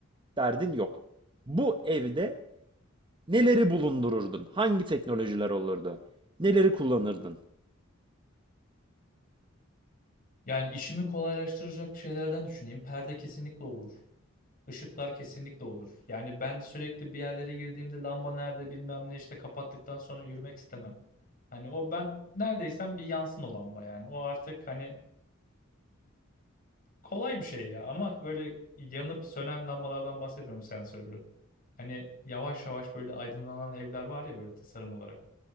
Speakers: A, on the right; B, on the left.
A: derdin yok. Bu evde neleri bulundururdun? Hangi teknolojiler olurdu? Neleri kullanırdın?
B: Yani işimi kolaylaştıracak şeylerden düşüneyim. Perde kesinlikle olur. Işıklar kesinlikle olur. Yani ben sürekli bir yerlere girdiğimde lamba nerede bilmem ne işte kapattıktan sonra yürümek istemem. Hani o ben neredeysem bir yansın o lamba yani. O artık hani kolay bir şey ya ama böyle yanıp sönen lambalardan bahsetmiyorum sensörlü. Hani yavaş yavaş böyle aydınlanan evler var ya böyle tasarım olarak